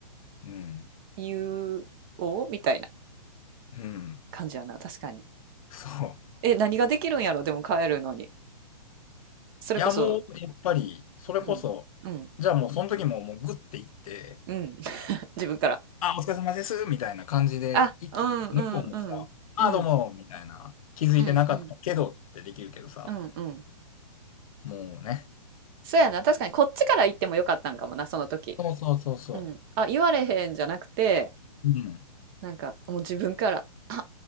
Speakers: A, on the left; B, on the right.
A: うん。
B: 言おうみたいな
A: うん。
B: 感じやな。確かに。
A: そう。
B: え、何ができるんやろでも帰るのに。それこそ、
A: いや、もう、やっぱり、それこそ、
B: うん、うん、
A: じゃあもう、その時も、もう、グッて行って、
B: うん。<laughs> 自分から。
A: あ、お疲れ様です、みたいな感じで行っても、
B: あ、うんうんうん。
A: 向こうもさ、あ、
B: うん。
A: どうも、みたいな、気づいてなかったけどってできるけどさ、
B: うんうん。うんうん。
A: もうね。
B: そうやな、確かにこっちから言ってもよかったんかもな、その時。
A: そうそうそうそ
B: うん。あ、言われへんじゃなくて、
A: う。うん。
B: なんかもう自分から、あ、